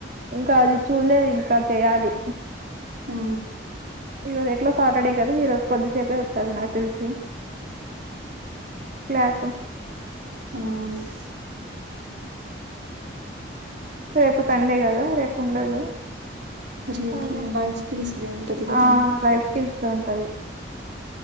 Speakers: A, on the right; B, on the right.
A: ఇంకా అది చూడలేదు ఇంకా చెయాలి
B: ఆ
A: ఈ రోజు ఎట్లా సాటర్డే కదా ఈ రోజు కొద్దిసేపే ఉంటది నాకు తెలిసి క్లాసు
B: ఆ స్
A: రేపు సండే కదా రేపు ఉండదు
B: రేపు
A: అదే
B: లైఫ్ స్కిల్స్ది ఉంటది కదా
A: ఆ లైఫ్ స్కిల్స్ ఉంటది